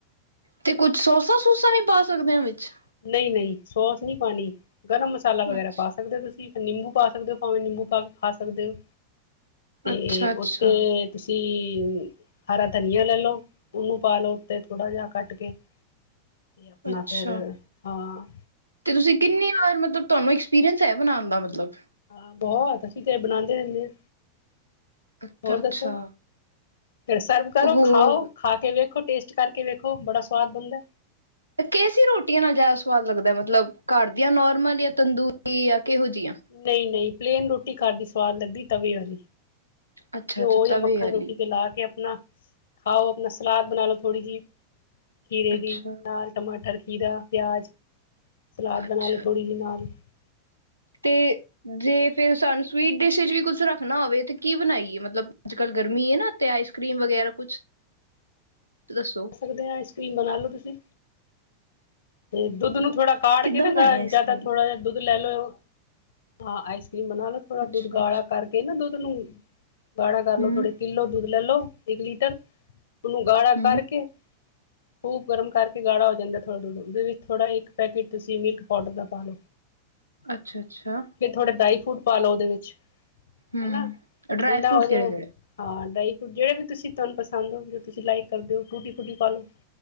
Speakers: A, on the right; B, on the left.
A: ਤੇ ਕੁੱਝ ਸੋਸਾ-ਸੂਸਾ ਵੀ ਪਾ ਸਕਦੇ ਹਾਂ ਵਿਚ।
B: ਨਈ ਨਈ ਸੋਸ ਨੀ ਪੋਣੀ ਗਰਮ ਮਸਾਲਾ ਵਗੈਰਾ
A: ਅੱਛਾ
B: ਪਾ ਸਕਦੇ ਔ ਤੁਸੀਂ ਇੱਕ ਨਿੰਬੂ ਪਾ ਸਕਦੇ ਹੋ ਭਾਵੇਂ ਨਿੰਬੂ ਪਾ ਕੇ ਖਾ ਸਕਦੇ ਹੋ, ਤੇ
A: ਅੱਛਾ ਅੱਛਾ
B: ਉੱਥੇ ਤੁਸੀਂ ਹਰਾ ਧਨੀਆ ਲੈ ਲਓ ਉਹਨੂੰ ਪਾ ਲਓ ਉਤੇ ਥੋੜ੍ਹਾ ਜਿਹਾ ਕੱਟ ਕੇ। ਤੇ ਆਪਣਾ
A: ਅੱਛਾ
B: ਫੇਰ ਹਾਂ
A: ਤੇ ਤੁਸੀਂ ਕਿੰਨੀ ਵਾਰ ਮਤਲਬ ਤੁਹਾਨੂੰ ਐਕਸਪੀਰੀਅੰਸ ਹੈ ਬਣਾਉਣ ਦਾ ਮਤਲਬ?
B: ਹਾਂ ਬਹੁਤ ਅਸੀਂ ਤੇਰੇ ਬਣਾਦੇ ਰਹਿੰਦੇ ਹਾਂ।
A: ਅੱਛਾ
B: ਹੋਰ
A: ਅੱਛਾ
B: ਦੱਸੋ, ਫਿਰ ਸਰਵ ਕਰੋ
A: ਹੋਰ
B: ਖਾਓ ਖਾ ਕੇ ਵੇਖ ਵੇਖੋ ਟੇਸਟ ਕਰਕੇ ਵੇਖੋ ਬੜਾ ਸਵਾਦ ਬਣਦਾ।
A: ਕੈਸੀ ਰੋਟੀਆਂ ਨਾਲ ਜ਼ਾਦਾ ਸਵਾਦ ਲੱਗਦਾ ਮਤਲਬ ਘਰ ਦੀਆਂ ਨੋਰਮਲ ਜਾਂ ਤੰਦੂਰੀ ਜਾਂ ਕਿਹੋ ਜੀਆਂ
B: ਨਹੀਂ-ਨਹੀਂ ਪਲੇਨ ਰੋਟੀ ਘਰ ਦੀ ਸਵਾਦ ਲੱਗਦੀ, ਤਵੇ ਆਲੀ।
A: ਅੱਛਾ
B: ਘਿਓ
A: ਅੱਛਾ
B: ਯਾਂ
A: ਤਵੇ
B: ਮੱਖਣ
A: ਵਾਲੀ
B: ਰੋਟੀ ਤੇ ਲਾ ਕੇ ਅਪਣਾ ਖਾਓ ਆਪਣਾ ਸਲਾਦ ਬਣਾ ਲੋ ਥੋੜੀ ਜਿਹੀ, ਖੀਰੇ
A: ਅੱਛਾ
B: ਦੀ ਨਾਲ ਟਮਾਟਰ, ਖੀਰਾ। ਪਿਆਜ ਸਲਾਦ
A: ਅੱਛਾ
B: ਬਣਾ ਲਓ ਥੋੜ੍ਹੀ ਜੀ ਨਾਲ ਖਾ
A: ਤੇ ਜੇ ਫਿਰ ਸਾਨੂੰ ਸਵੀਟ ਡਿਸ਼ ਚ ਵੀ ਕੁੱਝ ਰੱਖਣਾ ਹੋਵੇ ਤੇ ਕੀ ਬਣਾਈਏ ਮਤਲਬ ਅੱਜ ਕੱਲ ਗਰਮੀ ਹੈ ਨਾ? ਤੇ ਆਈਸ ਕਰ੍ਰੀਮ ਵਗੈਰਾ ਕੁਛ।
B: <unintelligible>
A: ਦੱਸੋ।
B: ਸਕਦੇ ਹਾਂ ਆਈਸਕੀਮ ਬਨਾਲੌ ਤੁਸੀਂ ਤੇ ਦੁੱਧ ਨੂੰ ਥੋੜਾ ਕਾਢ
A: ਕਿੱਦਾਂ
B: ਕੇ ਨਾ
A: ਬਣਾਉਣੀ
B: ਗ,
A: ਆਈਸ
B: ਜਾ
A: ਕਰ੍ਰੀਮ
B: ਤਾਂ ਥੋੜਾ ਜਿਹਾ ਦੁੱਧ ਲੈ ਲਓ। ਹਾਂ, ਆਈਸਕ੍ਰੀਮ ਬਣਾ ਲਓ ਥੋੜਾ
A: ਅੱਛਾ
B: ਦੁੱਧ ਗਾੜ੍ਹਾ
A: ਅੱਛਾ
B: ਕਰਕੇ ਨਾ ਦੁੱਧ ਨੂੰ ਗਾੜ੍ਹਾ ਕਰ ਲੋ
A: ਹੂੰ
B: ਥੋੜੇ ਕਿੱਲੋ ਦੁੱਧ ਲੈ ਲਓ ਇੱਕ ਲੀਟਰ, ਉਹਨੂੰ ਗਾੜਾ
A: ਹੂੰ
B: ਕਰਕੇ ਖੂਬ ਗਰਮ ਕਰਕੇ ਗਾੜਾ ਹੋ ਜਾਂਦਾ ਥੋੜ੍ਹਾ ਦੁੱਧ, ਉਹਦੇ ਵਿੱਚ ਥੋੜ੍ਹਾ ਇੱਕ ਪੈਕੇਟ ਤੁਸੀਂ ਮਿਲਕ ਪਾਊਡਰ ਦਾ ਪਾ ਲਓ।
A: ਅੱਛਾ-ਅੱਛਾ।
B: ਫਿਰ ਥੋੜੇ ਡਰਾਈ ਫਰੂਟ ਪਾ ਲੋ ਉਹਦੇ ਵਿੱਚ,
A: ਹੂੰ
B: ਹੈਨਾ
A: ਡਰਾਈ
B: ਠੰਡਾ
A: ਫਰੂਟ
B: ਹੋ ਜਾਵੇ।
A: ਕਿਹੜੇ-ਕਿਹੜੇ?
B: ਹਾਂ ਡਰਾਈ ਫਰੂਟ ਜਿਹੜੇ ਵੀ ਤੁਸੀਂ ਤੁਹਾਨੂੰ ਪਸੰਦ ਹੋ ਜੋ ਤੁਸੀਂ ਲਾਈਕ ਕਰਦੇ ਹੋ ਟੂਟੀ-ਫਰੂਟੀ ਪਾ ਲਓ।